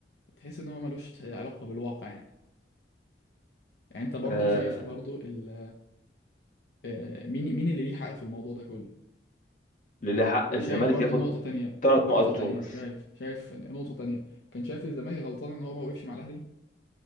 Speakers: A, on the left (about 70°); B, on the left (about 45°).
A: تحس ان هو ملوش علاقه بالواقع يعني يعني انت برضو
B: آه،
A: شايف برضو ال آه، مين مين اللي ليه حق في الموضوع ده كله
B: للي حق
A: وشايف
B: الزمالك
A: برضو
B: ياخد
A: نقطه تانية
B: ثلاث
A: نقطه
B: نقط بتوعه
A: تانية
B: بس
A: شايف شايف نقطه تانية كان شايف الزمالك غلطان ان هو ما وقفش مع الاهلي